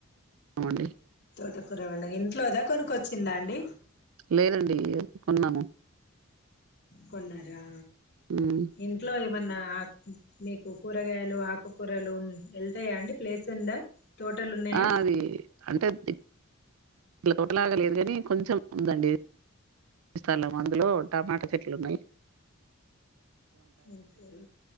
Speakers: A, on the right (about 70°); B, on the left (about 50°).
A: అమండి
B: తొటకుర వండ ఇంట్లోదా కొనుకొచ్చిందా అండి.
A: లేదండి కొన్నాము.
B: కొన్నారా
A: ఉమ్
B: ఇంట్లో ఎ ఏమన్నా ఆ మీకు కూరగాయలు, ఆకుకూరలు వెళ్తాయా అండి ప్లేస్ ఉందా తోటలు ఉన్నాయా
A: ఆ అది అంటే ది ఇట్లా తోటలాగా లేదు కాని కొంచెం ఉందండి స్థలం అందులో టమాట చెట్లన్నాయ్
B: ఓకేే